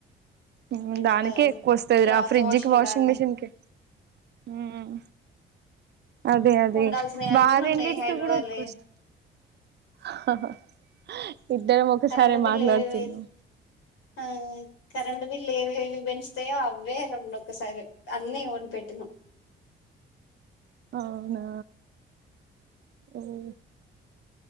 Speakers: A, on the right; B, on the left.
A: ఉమ్
B: ఏ
A: దానికే
B: నాకు
A: ఎక్కువ వస్తది
B: క్లాత్
A: రా ఫ్రిజ్ కి వాషింగ్
B: రాదుగా
A: మిషిన్ కి ఉమ్ అదే అదే
B: ఉండాల్సినవి అన్నీ
A: వారెండిటికి
B: ఉన్నాయి హైదరాబాద్లో
A: కూడా ఎక్కువ వస్తు ఆహా హా ఇద్దరం ఒకసారే
B: కరెంట్ బిల్
A: మాట్లాడుతున్నాం
B: ఏవేవి ఆ కరెంంటు బిల్ ఏవి ఏవి పెంచుతాయో అవే రండు ఒకసారి అన్నీ కొని పెట్టినం
A: అవునా ఓహ